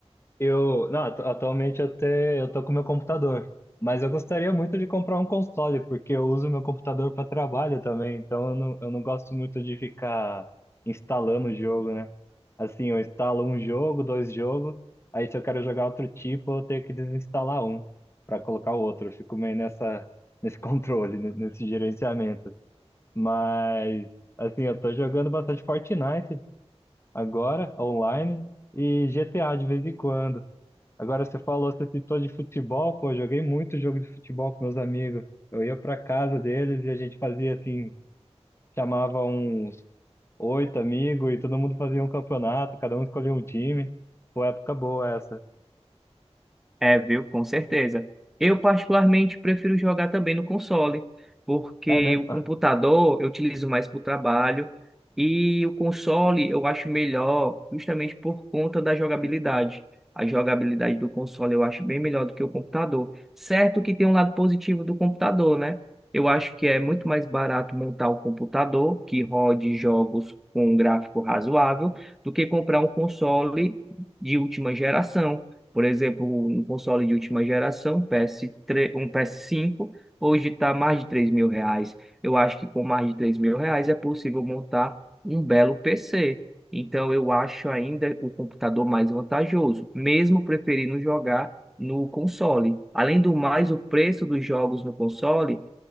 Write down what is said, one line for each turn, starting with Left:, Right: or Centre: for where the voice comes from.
Left: Eu, não, atu- atualmente eu, te, eu tô com meu computador, mas eu gostaria muito de comprar um console, porque eu uso meu computador para trabalho também, então eu não, eu não gosto muito de ficar instalando o jogo, né? Assim, eu instalo um jogo, dois jogos, aí se eu quero jogar outro tipo, eu tenho que desinstalar um para colocar o outro. Eu fico meio nessa, nesse <laughs> controle, ne- nesse gerenciamento. Mas, assim, eu tô jogando bastante Fortnite agora, online, e GTA de vez em quando. Agora você falou, você citou de futebol, pô, eu joguei muito jogo de futebol com meus amigos. Eu ia pra casa deles e a gente fazia assim, chamava uns oito amigos e todo mundo fazia um campeonato, cada um escolhia um time. Pô, época boa essa.
Centre: É, viu? Com certeza. Eu particularmente prefiro jogar também no console, porque
Left: É mesmo?
Centre: o
Left: <laughs>
Centre: computador eu utilizo mais para o trabalho e o console eu acho melhor justamente por conta da jogabilidade. A jogabilidade do console eu acho bem melhor do que o computador. Certo que tem um lado positivo do computador, né? Eu acho que é muito mais barato montar o computador que rode jogos com um gráfico razoável do que comprar um console de última geração por exemplo, um console de última geração, PS3, um PS5, hoje está mais de três mil reais. Eu acho que com mais de três mil reais é possível montar um belo PC. Então, eu acho ainda o computador mais vantajoso, mesmo preferindo jogar no console. Além do mais, o preço dos jogos no console